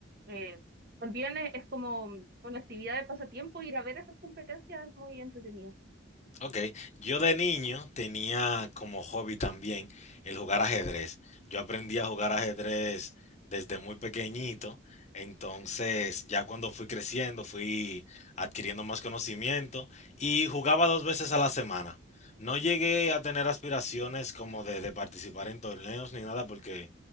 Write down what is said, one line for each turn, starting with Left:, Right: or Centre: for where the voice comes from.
Right: eh, también es, es como una actividad de pasatiempo ir a ver esas competencias es muy entretenido.
Left: Ok, yo de niño tenía como hobby también el jugar ajedrez. Yo aprendí a jugar ajedrez desde muy pequeñito, entonces ya cuando fui creciendo fui adquiriendo más conocimiento y jugaba dos veces a la semana. No llegué a tener aspiraciones como de, de participar en torneos ni nada porque